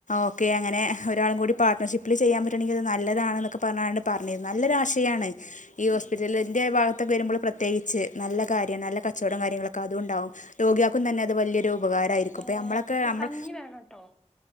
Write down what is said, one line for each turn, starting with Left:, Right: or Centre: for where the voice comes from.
Left: ഓക്കെങ്ങനെ ഒരാൾ കൂടി പാർട്ണർഷിപ്പിൽ ചെയ്യൻപറ്റുയെങ്കിൽ അത്‌ നല്ലതാണെന്നൊക്കെ പറഞ്ഞാണ്ട് പറഞ്ഞത് നല്ലൊരുയാശയമാണ് ഈ ഹോസ്പിറ്റലിന്റെ
Centre: ഉം
Left: ഭാഗത്തൊക്കെ വരുമ്പോൾ പ്രത്യേകിച്ച് നല്ല കാര്യം നല്ല കച്ചവടം കാര്യങ്ങളൊക്കെ അതുയിണ്ടാവും രോഗികൾക്കും തന്നെ അത് വലിയൊരു ഉപകാരമായിരിക്കും
Centre: ഏഹ്
Left: ഇപ്പം നമ്മളൊക്കെ
Centre: പിന്നെ
Left: നമ്മൾ
Centre: കഞ്ഞി വേണംട്ടോ